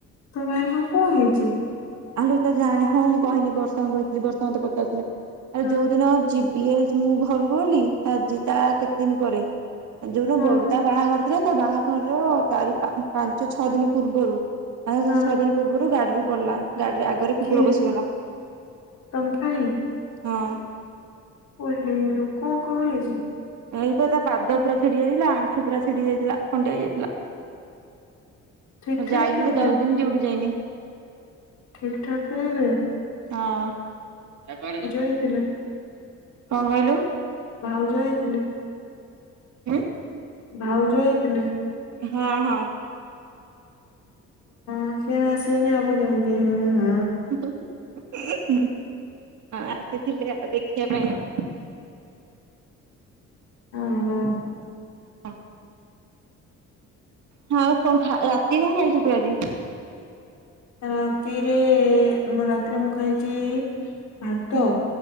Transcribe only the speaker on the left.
ତମ ଭାଇଙ୍କର କଣ ହେଇଛି?
ହଁ
ହଁ
ହଁ
କିଏ
ତମ ଭାଇ
ଓ ହେଇଲୋ କଣ ହେଇଛି?
ଠିକ
ଠାକ ତ
ଏବେ
ଠିକ୍ ଠାକ୍ <unintelligible>
ହେଇଥିଲେ
ଭାଉଜ <unintelligible>
ଭାଉଜ ହେଇଥିଲେ?
ରୋଷେଇ ବାସ୍ ହେଇନି ହବ କେମିତି ହୁଁ ହଁ।
ଓହୋ।
ରାତିରେ ମାନେ ରାତିରେ ମୁଁ ଖାଇଚି ଭାତ